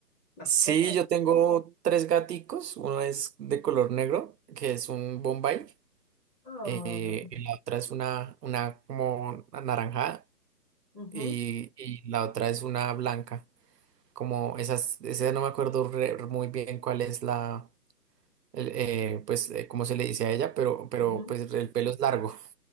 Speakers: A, in the centre; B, on the right.
A: ¿Mascotas?
B: Sí, yo tengo tres gaticos. Uno es de color negro, que es un Bombay.
A: Ay,
B: eh, y la otra es una, una como anaranjada.
A: ujú,
B: Y, y la otra es una blanca. Como esas, esa no me acuerdo re- muy bien cuál es la, el, eh, pues, eh, cómo se le dice a ella, pero, pero
A: ujú.
B: pues el pelo es largo.